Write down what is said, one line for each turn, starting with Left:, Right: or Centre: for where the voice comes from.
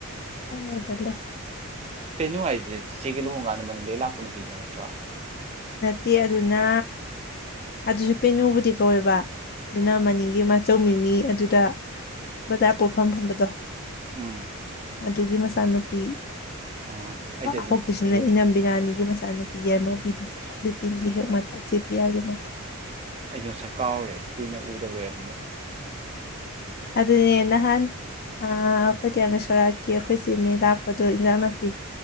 Left: ꯄꯥꯔꯂꯔꯗ ꯂꯩ
Right: ꯀꯦꯩꯅꯅꯨꯡ ꯍꯥꯏꯗꯨ꯭ꯔꯦ ꯆꯤꯆꯦꯒꯤ ꯂꯨꯍꯣꯡ ꯀꯥꯟꯗ ꯃꯅꯤꯡꯗ ꯂꯥꯛꯄ ꯅꯨ ꯄꯕꯤꯗꯨ ꯅꯠꯇ꯭ꯔꯥ
Left: ꯅꯠꯇꯦ ꯑꯗꯨꯅ ꯑꯗꯨꯁꯨ ꯄꯦꯅꯨꯕꯨꯗꯤ ꯀꯧꯋꯦꯕ ꯅꯅꯥꯃꯅꯤꯡꯒꯤ ꯃ ꯑꯆꯧꯃꯤ ꯃꯤ ꯑꯗꯨꯗ ꯕꯖꯥꯔ ꯄꯣꯛꯐꯝ ꯐꯝꯕꯗꯣ
Right: ꯎꯝ
Left: ꯑꯗꯨꯒꯤ ꯃꯆꯥꯅꯨꯄꯤ
Right: ꯑꯣ ꯑꯩꯗꯤ ꯑꯗꯨꯗꯤ
Left: ꯍꯧꯖꯤꯀꯤꯁꯤꯅ
Right: ꯈꯜꯂꯨꯏꯅꯦ
Left: ꯏꯅꯝꯕꯤꯅꯥꯅꯤꯒꯤꯁ ꯏꯁꯆꯥ ꯅꯨꯄꯤ ꯑꯦꯝ ꯑꯃ ꯄꯤꯗꯣ ꯕꯤꯄꯤꯟꯒꯤ
Right: ꯑꯣ
Left: ꯍꯦꯛ ꯃꯊꯛꯁꯤꯦ ꯄꯤꯌꯥꯒꯤ <inaudible>
Right: ꯑꯩꯗꯤ ꯃꯁꯛ ꯀꯥꯎꯔꯦ ꯀꯨꯏꯅ ꯎꯗꯕꯩꯔ ꯈꯪꯗꯦ
Left: ꯑꯗꯨꯅꯦ ꯅꯍꯥꯟ ꯑꯩꯈꯣꯏ ꯇꯤꯌꯥꯡꯒꯁꯣꯔꯥꯠꯀꯤ ꯑꯩꯈꯣꯏ ꯆꯦ ꯃꯤ ꯂꯥꯛꯄꯗꯣ ꯏꯟꯖꯥꯡ ꯅꯥꯄꯤ